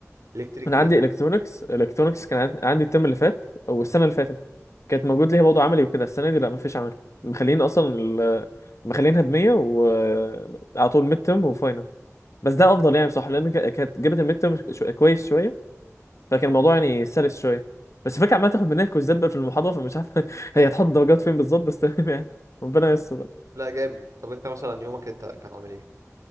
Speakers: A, on the right; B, on the left.
A: إلكتريك
B: انا
A: بيانو
B: عندي الكترونكس الكترونكس كان عن- عندي الترم اللي فات او
A: مم.
B: السنه اللي فاتت كانت موجود ليها موضوع عملي وكده السنه دي لا مفيش عملي مخلين اصلا ال- مخلينها ب 100 وعلى طول ميد ترم وفاينل بس ده افضل يعني بصراحه لان كا- كانت جابت الميد ترم كويس شويه فكان الموضوع يعني سلس شويه بس الفكره عماله تاخد مننا كويزات بقى في المحاضره فمش عارف <laughs> هي هتحط درجات فين بالظبط بس تمام يعني ربنا يستر بقى
A: لا جامد طب انت مثلا يومك انت كان عامل ايه